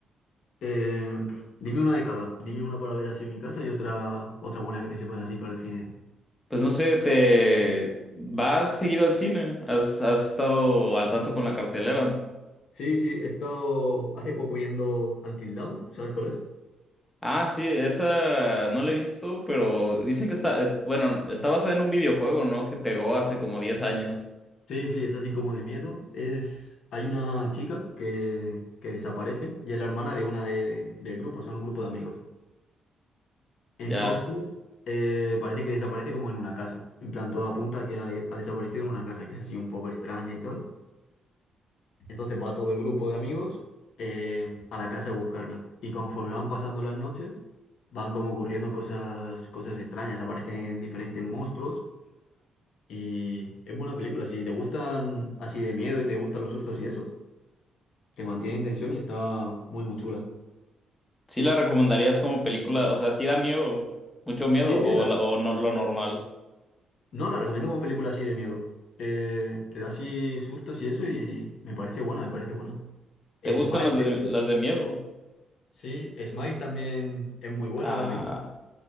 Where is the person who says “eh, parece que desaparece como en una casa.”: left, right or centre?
Left